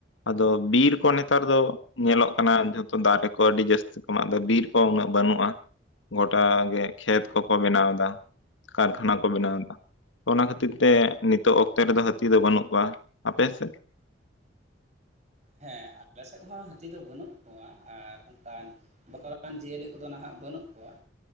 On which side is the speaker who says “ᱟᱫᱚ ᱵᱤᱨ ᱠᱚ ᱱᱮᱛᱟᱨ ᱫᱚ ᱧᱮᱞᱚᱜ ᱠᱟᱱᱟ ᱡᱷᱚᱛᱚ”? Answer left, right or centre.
Left